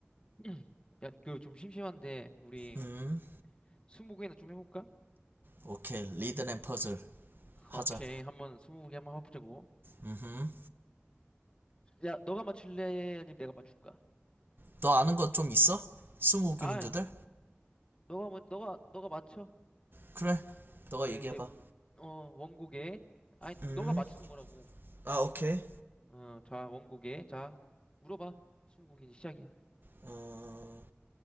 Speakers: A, on the left; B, on the right.
A: <clears throat> 야, 그 좀 심심한데 우리
B: 음,
A: 스무고개나 좀 해볼까?
B: 오케이. 리든 앤 퍼즐
A: <laughs>
B: 하자.
A: 오케이, 한번 스무고개 한번 해보자고.
B: 음,
A: 야, 너가 맞출래? 아니면 내가 맞출까?
B: 너 아는 거 좀 있어? 스무고개
A: 아,
B: 문제들?
A: 너가 먼 너가 너가 맞춰.
B: 그래, 너가
A: 이제
B: 얘기해봐.
A: 이제 어 원곡에 아니
B: 음,
A: 너가 맞추는 거라고.
B: 아, 오케이.
A: 어, 자 원곡에 자 물어봐. 스무고개 이제 시작이야.
B: 어,